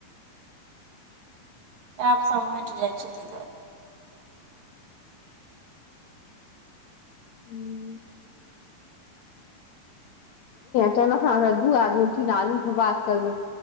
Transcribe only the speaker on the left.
हू च दू आदमी तीन आदमीसँ बात करबै